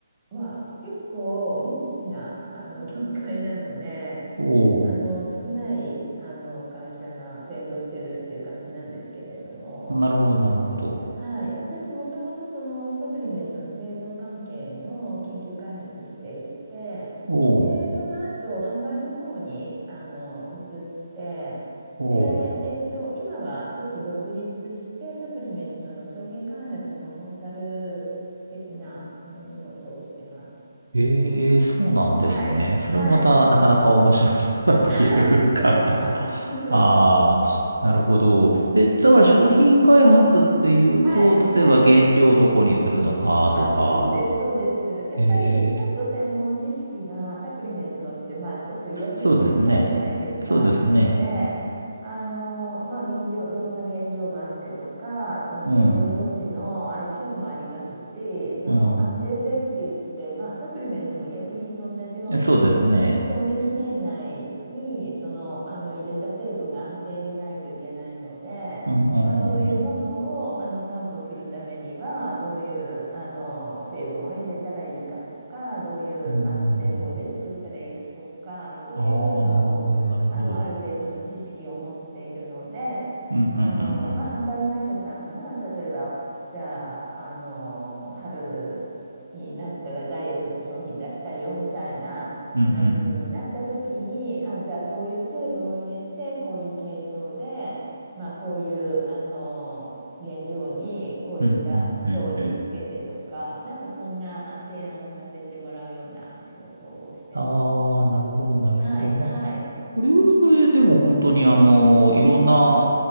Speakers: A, on the right; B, on the right.
A: まあ、結構ニッチなあの <laughs> 業界なので
B: おー、
A: あの少ないあの会社が製造してるっていう感じなんですけれども。
B: なるほど、なるほど。
A: はい、私もともとそのサプリメントの製造関係の研究開発していてでその後販売の方にあの移ってで、
B: おー、おー。
A: えっと、今はちょっと独立してサプリメントの商品開発のコンサル的なあの仕事をしてます。
B: えー、そうなんですね。
A: はい、
B: それもまた、
A: はい、
B: なかなか面白そうだというか
A: <laughs> そうですか。<laughs>
B: あー、なるほど。え、だから商品開発っていうと、
A: はい、
B: 例えば原料をどこにするのかとか、
A: はい。あ、そうです、そうです。やっぱりちょっと専門知識がサプリメントって、
B: え
A: まあ、ちょっと医薬品に近いじゃないですか。
B: そうですね。そうですね。
A: なので、あの、まあ、原料、どんな原料があってとか、その原料同士の相性もありますし、
B: うん。
A: その安定性って言って、
B: う
A: まあ、サプリメントも医薬品と同じように、
B: ん。そうですね。
A: 賞味期限内にその、あの入れた成分が安定でないといけないので、
B: うんうんうんうん。
A: まあ、そういうものをあの担保するためにはどういうあの成分を入れたらいいかとかどういうあの製法で作ったらいいかとかそういうのをあのある程度の知識を持っているので
B: うんうんうん。ああ、なるほど、なるほど。うんうんうんうん。
A: あの、まあ、販売会社さんが例えばじゃあ、あの春になったらダイエットの商品出したいよみたいな話になった時にあじゃあこういう成分を入れてこういう形状で。
B: うんうん
A: まあ、こういうあの原料にこういったストーリーつけてとか、
B: うん。うんうんうんうん。
A: なんかそんな提案をさせてもらうような仕事をしてます。
B: ああ、なるほど、なるほど。
A: はい、
B: まあ、
A: はい。
B: それはそれでも本当にあの、いろんな、